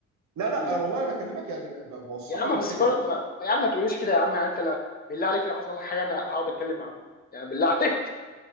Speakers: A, on the right; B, on the left.
A: لا لا
B: مم.
A: انا والله بكلمك يعني ب- بوصل
B: يا عم
A: لك الفكره
B: بس بر... ما... ما- يا عم ما تقوليش كده يا عم يعني انت لا... بالله عليك لو حصل لك حاجه انا هقعد اتكلم مع مين يعني بالله عليك